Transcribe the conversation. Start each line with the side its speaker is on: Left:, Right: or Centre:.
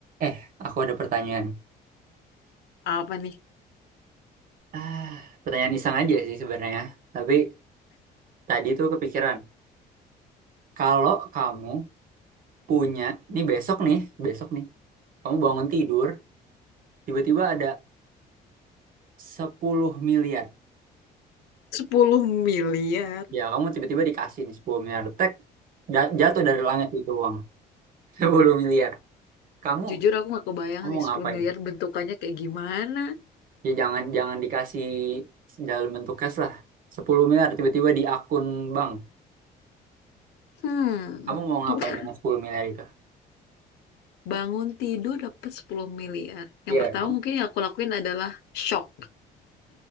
Right: Eh, aku ada pertanyaan.
Left: Apa nih?
Right: Ah, pertanyaan iseng aja sih sebenarnya. Tapi tadi tuh kepikiran, kalau kamu punya, nih besok nih, besok nih, kamu bangun tidur, tiba-tiba ada 10 miliar.
Left: sepuluh miliar.
Right: Ya, kamu tiba-tiba dikasih nih 10 miliar. Tek, da- jatuh dari langit itu uang. <laughs> 10 miliar. Kamu,
Left: Jujur aku nggak kebayang
Right: kamu
Left: sih
Right: ngapain?
Left: 10 miliar bentukannya kayak gimana.
Right: Ya jangan jangan dikasih dalam bentuk cash lah. sepuluh miliar tiba-tiba di akun bank.
Left: Hmm.
Right: Kamu mau ngapain
Left: <laughs>
Right: dengan 10 miliar itu?
Left: Bangun tidur dapat 10 miliar. Yang
Right: Iya.
Left: pertama mungkin yang aku lakuin adalah shock.